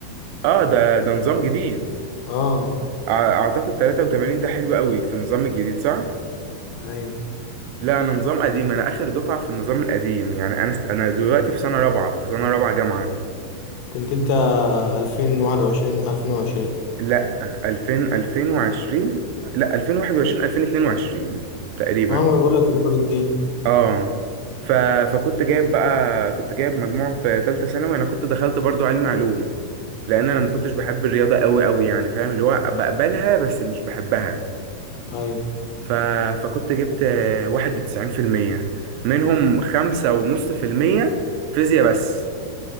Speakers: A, on the right; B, on the left.
A: اه ده ده نظام جديد
B: اه
A: أع- اعتقد 83 ده حلو قوي في النظام الجديد صح
B: أيوة
A: لا انا نظام قديم انا اخر دفعه في النظام القديم يعني انا س- انا دلوقتي في سنه رابعه في سنه رابعه جامعه
B: كنت أنت ألفين واحد وعشرين ألفين وعشرين
A: لا 2000 2020 لا 2021 2022 تقريبا
B: اه ما بقولك في الحدود دي
A: اه ف... فكنت جايب بقى كنت جايب مجموع في تالتة ثانوي انا كنت دخلت برضو علم علوم لان انا ما
B: مم.
A: كنتش بحب الرياضة قوي قوي يعني فاهم اللي هو بقبلها بس مش بحبها
B: أيوة
A: ف... فكنت جبت آه، واحد بتسعين في المية منهم خمسة ونص في المية فيزياء بس